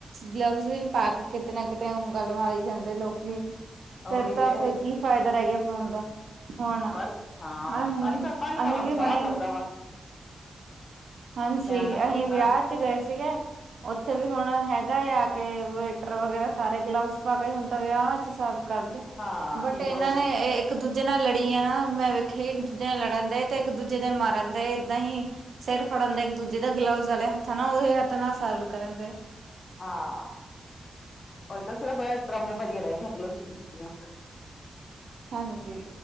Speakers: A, on the right; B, on the left.
A: ਗਲਵਜ਼ ਵੀ ਪਾ ਕੇ ਕਿਤੇ ਨਾ ਕਿਤੇ ਉਂਗਲ ਮਾਰੀ ਜਾਂਦੇ ਲੋਕੀ। ਫੇਰ
B: ਉਹੀ
A: ਤਾਂ
B: ਤੇ
A: ਫਿਰ ਕੀ ਫਾਇਦਾ ਰਹਿ ਗਿਆ ਪਾਉਣ ਦਾ। ਹੁਣ
B: ਪਰ ਹਾਂ,
A: ਅਹੀਂ
B: ਤਾਂਹੀ ਤਾਂ ਹੀ ਤਾਂ
A: ਅਸੀਂ
B: ਤੁਹਾਨੂੰ
A: ਵੀ
B: ਸੁਵਾਦ
A: ਹੁਣੇ
B: ਲੱਗਦਾ ਵਾ।
A: ਹਾਂਜੀ,
B: ਨਿਆਣੇ
A: ਅਹੀ
B: ਮੈਂ
A: ਵਿਆਹ ਚ ਗਏ ਸੀਗੇ। ਉੱਥੇ ਵੀ ਹੁਣ ਹੈਗਾ ਆ ਕੇ ਵੇਟਰ ਵਗੈਰਾ ਸਾਰੇ ਗਲਵਸ ਪਾ ਕੇ ਹੁਣ ਤਾਂ ਵਿਆਵਾ ਚ ਸਭ ਕਰਦੇ,
B: ਹਾਂ
A: ਬਟ
B: ਇਮ-
A: ਇਹਨਾਂ
B: ਉਹ ਤਾਂ
A: ਨੇ, ਇੱਕ ਦੂਜੇ ਨਾਲ ਲੜੀ ਆ ਨਾ ਮੈਂ ਵੇਖਿਆ ਇੱਕ ਦੂਜੇ ਨਾਲ ਲੜਨ ਦੇ ਤੇ ਇੱਕ ਦੂਜੇ ਦੇ ਮਾਰ ਰਹਿੰਦੇ ਏਦਾਂ ਹੀ ਸਿਰ ਫੜਨ ਦਾ ਇੱਕ ਦੂਜੇ ਦਾ ਗਲਵਜ਼ ਵਾਲੇ ਹੱਥਾਂ ਨਾਲ ਉਹਹੀ ਹੱਥ ਨਾਲ ਸਰਵ ਕਰਨ ਦੇ।
B: ਹਾਂ, ਉਹੀ ਤਾਂ ਸਿਰਫ ਡਰਾਮੇ ਵਾਜੀਆਂ ਰਹਿ ਗਈਆਂ ਗਲਬਸ ਗਲੀਬਸ ਦੀਆਂ।
A: ਹਾਂਜੀ,